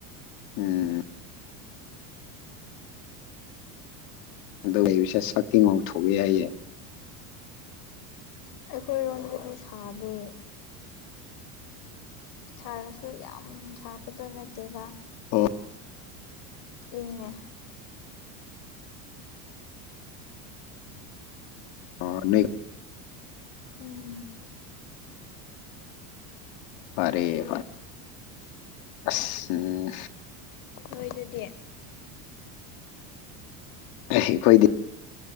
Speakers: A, on the left; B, on the left.
A: ꯎꯝ ꯑꯗꯨ ꯂꯩꯕꯁꯦ ꯁꯛꯇꯤ ꯉꯥꯎꯊꯣꯛꯑꯦ ꯍꯥꯏꯌꯦ
B: ꯑꯩꯈꯣꯏꯔꯣꯝꯗꯗꯤ ꯁꯥꯗꯦ ꯁꯥꯔꯁꯨ ꯌꯥꯝ ꯁꯥꯕꯗꯣ ꯅꯠꯇꯦꯕ
A: ꯑꯣ
B: ꯏꯪꯉꯦ
A: <unintelligible>
B: ꯎꯝ
A: ꯐꯔꯦ ꯐꯔ‌ꯦ ꯑꯁ ꯎꯝ
B: ꯅꯣꯏꯗꯗꯤ
A: ꯑꯩꯈꯣꯏꯗꯤ